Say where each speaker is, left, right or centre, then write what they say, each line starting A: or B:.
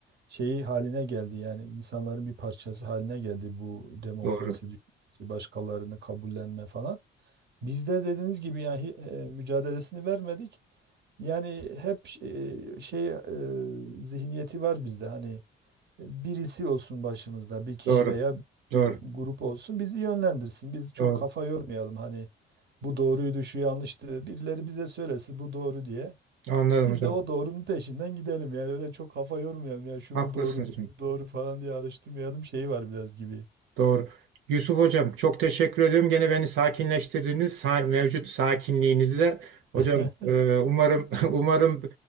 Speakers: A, on the right (about 60°); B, on the right (about 90°).
A: şeyi haline geldi. Yani insanların bir parçası haline geldi bu demokrasi
B: Doğru.
A: düşüncesi, başkalarını kabullenme falan. Bizde dediğiniz gibi yani e, mücadelesini vermedik. Yani hep ş- e, şey e, zihniyeti var bizde hani e, birisi olsun başımızda bir kişi
B: Doğru.
A: veya bir
B: Doğru.
A: grup olsun bizi yönlendirsin. Biz çok
B: Doğru.
A: kafa yormayalım hani bu doğruydu şu yanlıştı birileri bize söylesin bu doğru diye.
B: Anladım
A: Biz
B: hocam.
A: de o doğrunun peşinden gidelim yani öyle çok kafa yormayalım ya şu
B: Haklısınız.
A: mu doğru bu mu doğru falan diye araştırmayalım şeyi var biraz gibi.
B: Doğru. Yusuf Hocam çok teşekkür ediyorum. Gene beni sakinleştirdiniz. Sa- mevcut sakinliğinizle. Hocam
A: <laughs>
B: e, umarım <laughs> umarım